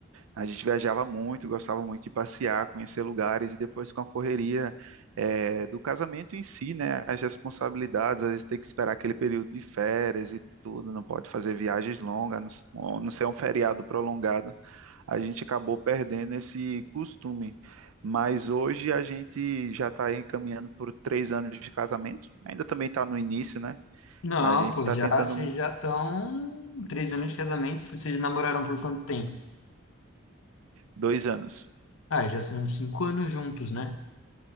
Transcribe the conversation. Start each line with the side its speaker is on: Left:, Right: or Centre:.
Right: A gente viajava muito, gostava muito de passear, conhecer lugares e depois com a correria é, do casamento em si, né? As responsabilidades, a gente tem que esperar aquele período de férias e tudo, não pode fazer viagens longas, a não, s- a não ser um feriado prolongado. A gente acabou perdendo esse costume. Mas hoje a gente já está encaminhando por três anos de casamento, ainda também está no início, né?
Left: Não,
Right: A gente
Left: pô,
Right: está
Left: já
Right: tentando
Left: vocês
Right: um,
Left: já estão três anos de casamento. Vocês namoraram por quanto tempo?
Right: dois anos
Left: Ah, já são cinco anos juntos, né?